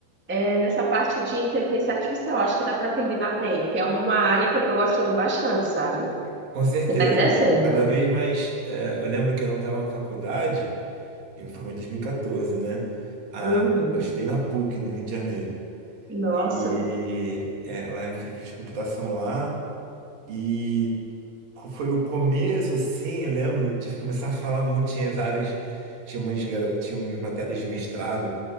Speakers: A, on the right; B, on the right.
A: é, nessa parte de inteligência artificial, acho que dá para combinar bem, que é uma área que eu estou gostando bastante, sabe?
B: Com certeza.
A: E tá crescendo.
B: Cada vez mais. é, eu lembro que eu não estava na faculdade, eu me formei em 2014, né?
A: Uhum.
B: Eu estudei na PUC, no Rio de Janeiro.
A: Nossa.
B: E é, lá eu fiz, fiz computação lá. E foi o começo, assim, eu lembro de começar a falar muito, tinha as áreas, tinha umas, garo- tinha umas matérias de mestrado